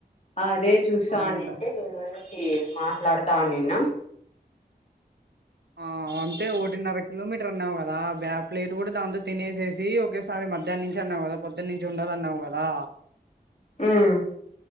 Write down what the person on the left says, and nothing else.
అదే చూస్తావునింటే
దీని గురించి మాట్లాడ్ తానినం
మ్